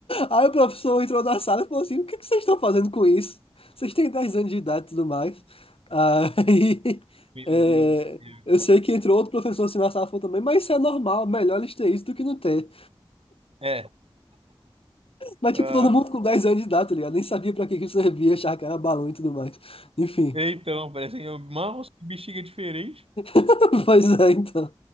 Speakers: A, on the left (about 75°); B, on the right (about 85°).
A: Aí o professor entrou na sala e falou assim: O que que vocês estão fazendo com isso? Vocês têm 10 anos de idade e tudo mais. Aí <laughs>
B: Meu
A: é,
B: Deus do céu.
A: eu sei que entrou outro professor assim na sala e falou também: Mas isso é normal, melhor eles terem isso do que não ter.
B: É.
A: Mas
B: ah,
A: tipo, todo mundo com 10 anos de idade, tá ligado? Nem sabia pra que que isso servia, achava que era balão e tudo mais. Enfim,
B: então, parecem mãos e bexiga diferente.
A: <laughs> pois é, então.